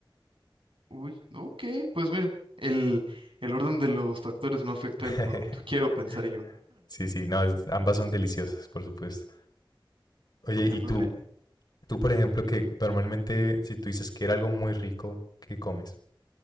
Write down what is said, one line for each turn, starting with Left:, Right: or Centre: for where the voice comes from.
Right: Uy, ok, pues mira, el, el orden de los factores no afecta
Left: <laughs>
Right: el producto, quiero pensar yo.
Left: Sí, sí, no, es- ambas son deliciosas, por supuesto. Oye,
Right: Mira,
Left: y
Right: pues,
Left: tú,
Right: eh,
Left: tú, por ejemplo, que normalmente si tú dices que era algo muy rico, ¿qué comes?